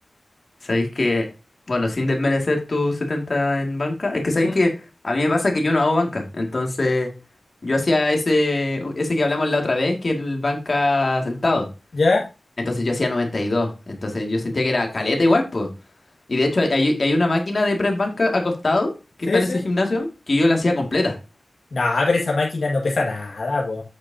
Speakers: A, on the left; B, on the left.
A: Sabéis que, bueno, sin desmerecer tu 70 en banca, es que sabéis
B: Mm.
A: que a mí me pasa que yo no hago banca, entonces yo hacía ese, ese que hablamos la otra vez, que era el banca sentado,
B: ¿Ya?
A: entonces yo hacía noventa y dos entonces yo sentía que era caleta igual, Y de hecho, hay, hay una máquina de press banca acostado
B: Sí,
A: que está en
B: sí.
A: ese gimnasio que yo la hacía completa.
B: No, pero esa máquina no pesa nada,